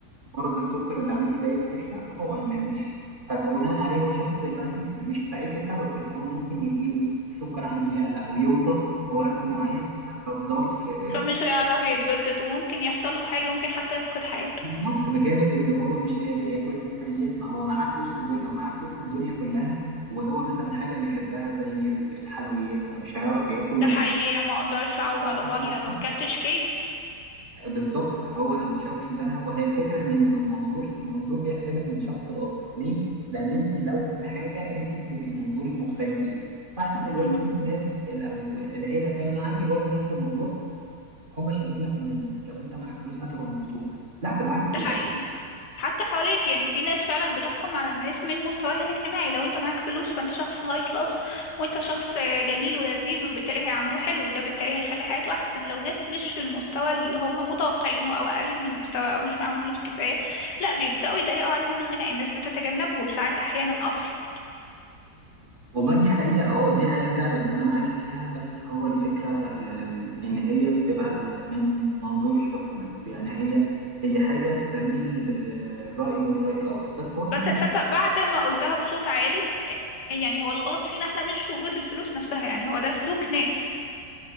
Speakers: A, on the right (about 35°); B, on the left (about 80°).
A: مرض السكر اللي عندي ده يتحش؟ لا طبعا م- مش ف- فبناء عليه هو شخص دلوقتي مش سعيد لسبب ان هو ممكن يجيله السكر عنده يعلى او يوطى في وقت معين ففي ظرف آه،
B: فمش هيعرف يتبسط وممكن يحصل له حاجة ممكن حتى يفقد حياته
A: بالظبط بجانب ان هو مش قادر ياكل سكريات ما هو معاه فلوس الدنيا لو معاه فلوس الدنيا كلها وهو مثلا حاجه بيحبها زي ال- الحلويات ما مش هيعرف ياكل
B: ده
A: لان
B: حقيقي ما اقدرش اعود
A: ده خطر
B: على بعضي
A: على السكر
B: لو ما اكلتش كيك
A: بالظبط فهو الشخص ده وهي الفكره ان الم- المنظور المنظور بيختلف من شخص لاخر ليه؟ لان انت لو في الحاجه انت بتبقي منظورك مختلف ليه فاحنا دلوقتي
B: مم.
A: الناس ال- او العيله فعلا انا عندي برضو نفس الموضوع هم شايفين ان ال- لو انت معاك فلوس هتبقى مبسوط لا بالعكس
B: ده
A: يعني
B: حقيقي حتى حواليك يعني في ناس فعلا بتحكم على الناس من مستواها الاجتماعي لو انت معاك فلوس فانت شخص هاي كلاس وانت شخص جميل ولذيذ وبالتالي هيعاملوه حلو وده بالتالي هيخلي حياته احسن لو ناس مش في المستوى اللي هم متوقعينه او اقل من المستوى او مش معاهم فلوس كفاية لا بيبدأوا يضيقوا عليهم الخناق الناس بتتجنبهم ساعات احيانا اصلا
A: والله دي حقيقة اه دي حقيقة فعلا وانا معاكي فيها بس هو الفكرة أم، ان هي بتبقى من منظور الشخص نفسه يعني هي هي حاجة تميل للرأي والرأي الآخر بس هو طبعا
B: بس تصدق بعد ما قلتها بصوت عالي يعني هو الغلط فينا احنا مش في وجود الفلوس نفسها يعني هو ده سلوك ناس